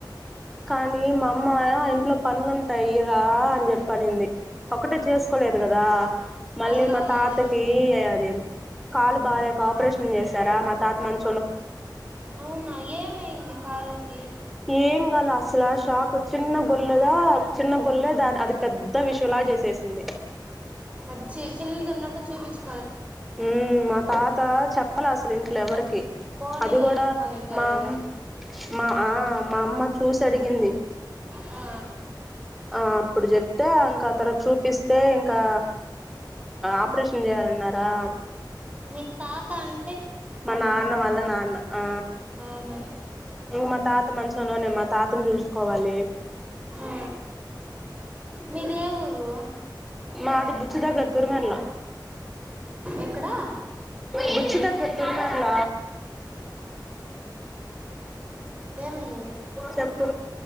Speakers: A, in the centre; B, on the right (about 15°).
A: కానీ మా అమ్మా ఇంట్లో పనులుంటాయి. రా అని చెప్ పనింది ఒకటే చేసుకోలేదు కదా మళ్ళీ
B: అవునవును
A: మా తాతకి అది ఏన్ కాలు బాలేక ఆపరేషన్ చేసారా మా తాత మంత్
B: అవునా ఏమైంది కాళ్లకు
A: ఏం కాల అసలా షాక్ చిన్న గొల్లదా చిన్న గొల్లే దాని అది పెద్ద విషయలా చేసేసింది.
B: అచ్చి చిన్నది ఉన్నప్పుడు చూపీచు
A: ఉ మా తాత చెప్ ప్పలే అసలు ఇంట్లో ఎవరికి
B: పోనీలే
A: అది కూడా
B: అనుకొనింటాడు
A: మామ్ మా ఆ మా అమ్మ చూసి అడి గింది
B: ఆ
A: ఆ అప్పుడు చెప్తే ఇంకా ఆ తర్వాత చూపిస్తే ఇంకా
B: మ్
A: ఆపరేషన్ చేయాలన్నారా
B: మీ తాత ఆన్
A: మా నాన్న వాళ్ళ నాన్న ఆ
B: ఆహా
A: ఇంగా మా తాత మంచంలోనే మా తాతను చూస్ కోవాలి
B: ఆ మీ దే ఊరు
A: మాది బుచ్చి దగ్గర తురుమేర్ల
B: ఎక్కడా
A: బుచ్చి దగ్గర తురుమేర్ల
B: ఏమైంది
A: చెప్పు